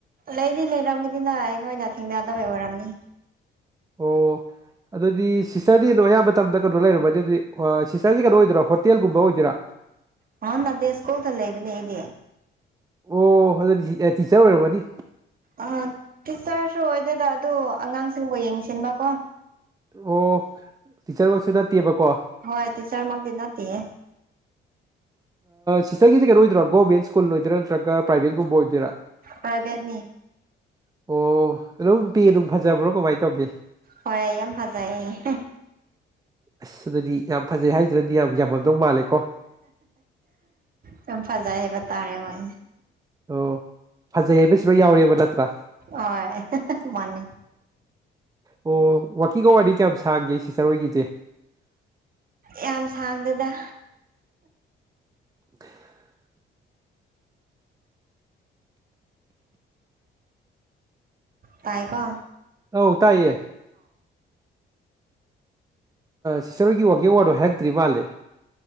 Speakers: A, on the right; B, on the right.
A: ꯑꯩꯗꯤ ꯂꯩꯔꯝꯒꯅꯤꯅ ꯑꯩꯈꯣꯏꯅ ꯊꯦꯡꯅꯗꯕꯩ ꯑꯣꯏꯔꯝꯅꯤ
B: ꯑꯣ ꯑꯗꯨꯗꯤ ꯁꯤꯁꯇꯔꯗꯤ ꯑ ꯑꯗꯨꯣ ꯑꯌꯥꯝꯕ ꯃꯇꯝꯗ ꯀꯩꯅꯣ ꯂꯩꯔꯝꯃꯅꯤ ꯑꯗꯨꯗꯤ ꯁꯤꯁꯇꯔꯁꯤ ꯀꯩꯅꯣ ꯑꯣꯏꯗꯣꯏꯔꯥ ꯍꯣꯇꯦꯜꯒꯨꯝꯕ ꯑꯣꯏꯗꯣꯏꯔꯥ
A: ꯍ ꯅꯗꯁ ꯀꯣ ꯂꯩꯕꯗꯤ
B: ꯑꯣ ꯑꯗꯨꯗꯤ ꯇꯤꯆꯔ ꯑꯣꯏꯔꯕꯗꯤ
A: ꯑ ꯇꯤꯆꯔꯁꯨ ꯑꯣꯏꯗꯦꯗ ꯑꯗꯨ ꯑꯉꯥꯡꯁꯤꯡꯕꯨ ꯌꯦꯡꯁꯤꯟꯕꯀꯣ
B: ꯑꯣ ꯇꯤꯆꯔꯃꯛꯁꯨ ꯅꯠꯇꯦꯕꯀꯣ
A: ꯍꯣꯏ ꯇꯆꯔ ꯃꯗꯤꯅ ꯇ
B: ꯁꯤꯁꯇꯔꯒꯤꯦ ꯀꯩꯅꯣ ꯑꯣꯏꯗꯣꯏꯣ ꯒꯣꯔꯃꯦꯟ ꯁ꯭ꯀꯨꯜ ꯑꯣꯏꯗꯣꯏꯔ ꯅꯠꯇ꯭ꯔꯒ ꯄ꯭ꯔꯥꯏꯕꯦꯠꯀꯨꯝꯕ ꯑꯣꯏꯗꯣꯏꯔꯥ
A: ꯄꯥꯏꯕꯠꯅꯤ
B: ꯑꯣ ꯑꯗꯨꯝ ꯄꯤ ꯑꯗꯨꯅꯨꯡ ꯐꯖꯕ꯭ꯔꯣ ꯀꯃꯥꯏꯅ ꯇꯧꯒꯦ
A: ꯍꯣꯏ ꯌꯥꯝ ꯐꯖꯥꯏ
B: ꯑꯁꯗꯗꯤ ꯌꯥꯝ ꯐꯖꯩ ꯍꯥꯏꯖ꯭ꯔꯗꯤ ꯌꯥꯝ ꯌꯥꯝꯃꯝꯗꯧ ꯃꯥꯜꯂꯦ
A: ꯁꯨꯝ ꯐꯖꯥꯏ ꯍꯥꯏꯕ ꯇꯥꯔꯦ ꯍꯣꯏ
B: ꯑꯣ ꯐꯖꯩ ꯍꯥꯏꯕꯁꯤꯔꯣ ꯌꯥꯎꯔꯦꯕ ꯅꯠꯇ꯭ꯔꯥ
A: ꯑꯣ ꯃ <inaudible>
B: ꯑꯣ ꯋꯥꯀꯤꯒ ꯋꯥꯔꯤꯅꯤ ꯀꯌꯥ ꯁꯥꯡꯒꯦ ꯁꯤ ꯆꯔꯣꯏꯈꯤꯗꯦ
A: ꯌꯥꯝ ꯁꯥꯡꯗꯗ
B: <unintelligible> <inaudible>
A: ꯇꯥꯏ ꯀꯣ
B: ꯍꯧ ꯇꯥꯏꯌꯦ ꯁꯤꯁꯇꯔꯣꯏꯒꯤ ꯋꯥꯒꯦ ꯋꯥꯔꯗꯣ ꯍꯥꯏꯔꯛꯇ꯭ꯔꯤ ꯃꯥꯜꯂꯦ